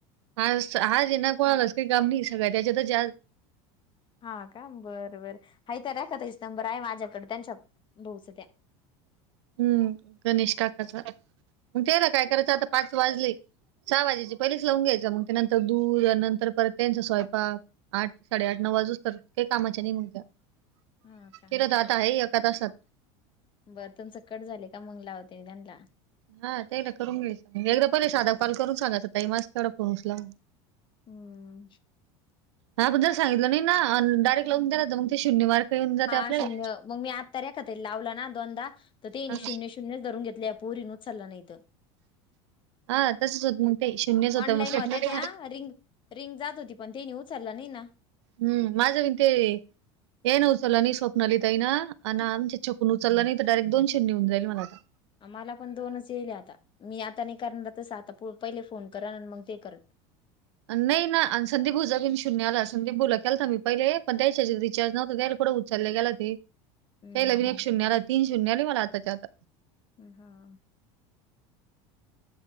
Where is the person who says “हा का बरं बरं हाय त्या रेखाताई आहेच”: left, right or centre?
Left